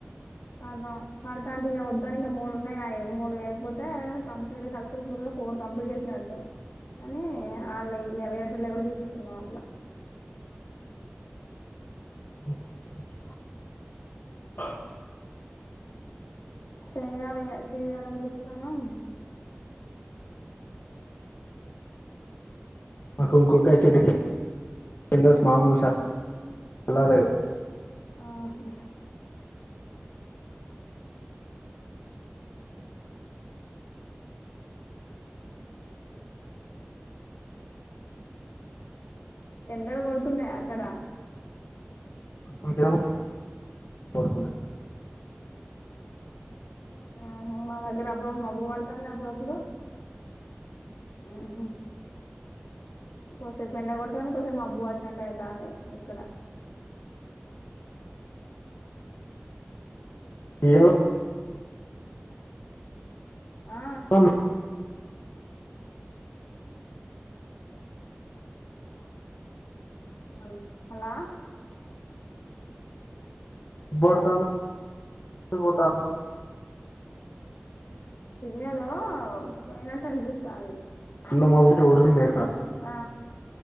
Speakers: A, on the left; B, on the left.
A: కాదు పడుతా అంటే ఇగ వ కానీ ఇంకా మూడున్నాయి నాయి మూడు ఐ కపోతే కంప్లీట్ సక్సెస్ ఫుల్ గా ఫోర్ కంప్లీట్ చేసినట్టు అని అల్లయి లేవేటుల్లో కూడా తీసుకున్నాం అట్లా
B: <inaudible>
A: చేయ్యాలె ఇగా చేయ్యాలని చూస్తాన్నం.
B: మా కుంకుడుకాయ చెట్టుకింద మాముూ అలా లేేదు.
A: ఆహా ఎండలు కొడుతున్నయా అక్కడ.
B: ఇంకేము కొడుతున్నయి.
A: ఆహా మా దగ్గర అప్పుడుడప్పుడు మబ్బు పడతాంది అప్పుడు అప్పుడు. ఆహా కొద్దిసేపు ఎండా కొండతాంది కొద్ది సేపు మబ్బు పడ స్టార్ట్ అయితాంది ఇక్కడ.
B: ఎదో
A: ఆ
B: అమ్
A: అ హలో
B: బోర్తంది పోతాంది.
A: సి విన్నదేమో పోయినట్టు అనిపిస్తాంది.
B: నిన్న మాపిటీ ఉరిమిందే
A: ఆ